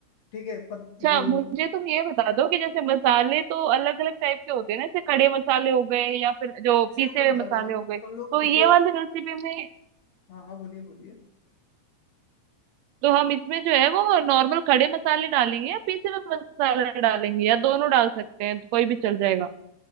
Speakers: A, on the left; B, on the right.
A: ठीक है पत
B: अच्छा
A: वो
B: मुझे तुम ये बता दो कि जैसे मसाले तो अलग अलग टाइप के होते हैं ना जैसे खड़े मसाले हो गए या फिर जो
A: पिसे
B: पीसे
A: हुए
B: हुए
A: मसाले
B: मसाले
A: हम
B: हो गए
A: अपन
B: तो
A: लोग पिसे
B: ये वाली रेसिपी में
A: हाँ हाँ बोलिए बोलिए
B: तो हम इसमें जो है वो नॉर्मल खड़े मसाले डालेंगे या पीसे हुए मसाले डालेंगे या दोनों डाल सकते हैं तो कोई भी चल जाएगा